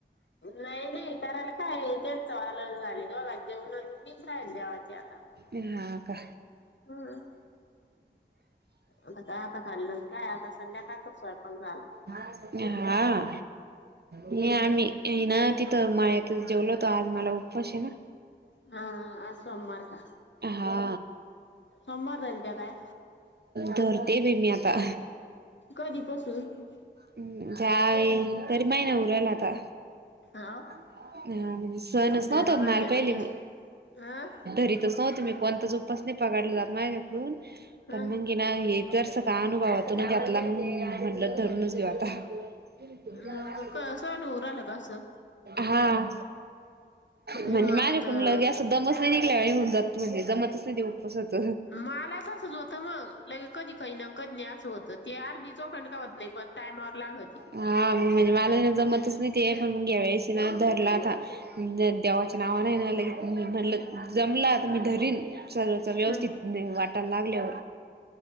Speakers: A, on the left; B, on the right.
A: नाही नाही कराला काय सवाल झाले द बघा जेवण मीच राहील जेवाचे आता
B: ह का
A: हम्म आता काय आता खल्लं काय आता संध्याकाळच स्वयंपण झाला
B: हा ये आम्ही ना तिथं म जेवल होतो आज मला उपवास आहे ना
A: ह आ सोमवार का
B: हा
A: सोमवार धरीता आ काय
B: धरणे प मी आता
A: कधी पसुन
B: हम्म जावे तरी माहि नाही उरला आता
A: हाव
B: हा म्हणजे सणच
A: धरा
B: नव्हत
A: म्हणत्या
B: माल पहिले
A: बाई अं
B: री नव्ह मी कोणता उपास नाही पडला जात माझ्याकडून पण
A: अं
B: म कि ना हे जस का अनुभवातून घातला मग म्हंडत धरूनच घेऊ आता त त्याला
A: मग
B: वाेवला
A: कसं होऊ राहिलं का असं
B: हा
A: बाई
B: म्हणजे
A: मला
B: माझ्या
A: तर
B: कुण लगे अस दमस्त नाही निघई होन जात म्हणज जमातच नाही देऊ कसत
A: मला तसंच होतं मग ला कधी खही ना कधी नाही असं होतं ते अर्धी चोखंड का नाही पण टामवर लाग
B: हा मग म्हणजे मला जमतच नाही ते पण मग ह्या वळेशी ना धरलाता देवा नावा नाही म्हणलं जमला तर मी रीन सग व्यवस्थित
A: हं
B: वाट ले